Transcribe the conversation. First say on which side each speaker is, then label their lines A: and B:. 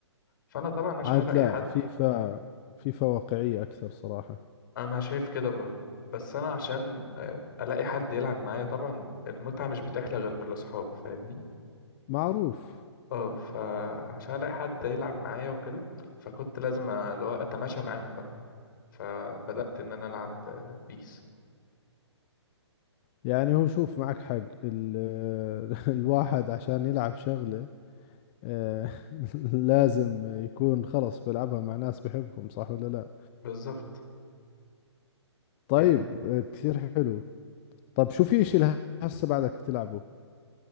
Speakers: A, on the left; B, on the left.
A: فانا طبعا عشان
B: عاد
A: الاقي
B: لا
A: حد
B: فيفا فيفا واقعية أكثر صراحة
A: انا شايف كده برضو بس انا عشان آه، الاقي حد يلعب معايا طبعا المتعه مش بتحلى غير بالاصحاب فاهمني
B: معروف
A: اه فعشان الاقي حد يلعب معايا وكده فكنت لازم اللي هو اتماشى معاهم بقى فبدأت ان انا العب آه، بيس
B: يعني هو شوف معك حق ال... <laughs> الواحد عشان يلعب شغلة آه، <laughs> لازم يكون خلص بلعبها مع ناس بحبهم صح ولا لا
A: بالظبط
B: طيب
A: هي
B: آه، كثير حلو طب شو في اشي لهسه بعدك تلعبه